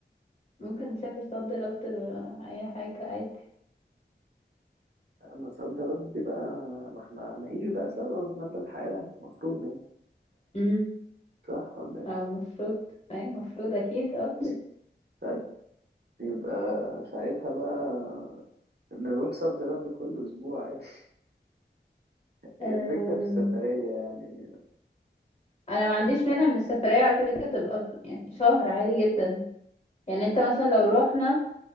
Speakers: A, on the left; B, on the right.
A: ممكن نسافر صد رد آه، اي حاجة عادي
B: مصدرات دي بقى ما احنا نعيش بقى سوا مدى الحياة المفروض يعني
A: امم
B: صح ولا ايه؟
A: او المفروض اي المفروض اكيد اه
B: طيب يبقى ساعتها بقى نروح صد رد كل أسبوع عادي <laughs> هي
A: أم،
B: الفكرة في السفرية يعني
A: انا ما عنديش مانع ان السفرية على فكرة تبقى ف- يعني شهر عادي جدا يعني انت مثلا لو روحنا